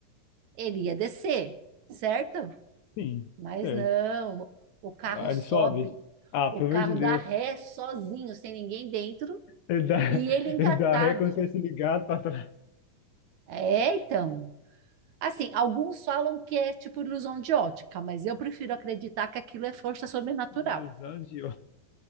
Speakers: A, on the right; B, on the left.
A: ele ia descer, certo?
B: Sim,
A: Mas
B: certo.
A: não, o carro
B: Ah,
A: sobe,
B: ele sobe. Ah,
A: o
B: pelo
A: carro
B: amor de
A: dá
B: Deus.
A: ré sozinho, sem ninguém dentro,
B: Ele dá, <laughs>
A: e ele engatado.
B: ele dá ré como se fosse ligado pra trás.
A: É, então. Assim, alguns falam que é tipo ilusão de ótica, mas eu prefiro acreditar que aquilo é força sobrenatural.
B: Ilusão de